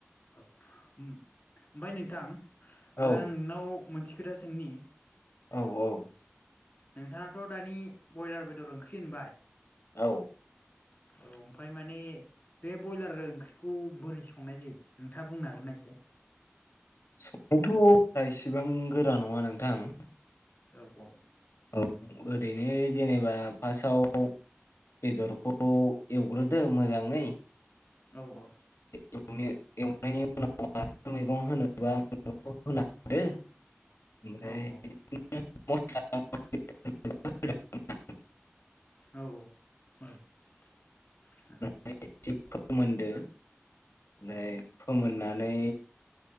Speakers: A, on the left (about 40°); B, on the left (about 75°).
A: औ ओम-ओमफ्राय नोंथां
B: औ
A: ओ आं नोंनाव मोनसे खोथा सोंनि।
B: औ औ
A: नोंथाङाथ दानि बयलार बेदर ओंख्रि होनबाय
B: औ
A: औ ओमफाय माने बे बयलार ओंख्रिखौ बोरै संनाय जायो नोंथाङा बुंनो हागोन ना? एसे
B: संनायाथ बारा इसिबां गोरा नङा नोंथां
A: औ औ
B: औ ओरैनो जेनेबा फासआव बेदरखौ एवग्रोदो मोजाङै
A: औ औ
B: नो एवनायनि उनाव मैगं होनोबा मैगं होना होदो ओमफ्राय
A: औ औ
B: <unintelligible>
A: औ औ
B: <inaudible> फोमोनदो ओमफ्राय फोमोननानै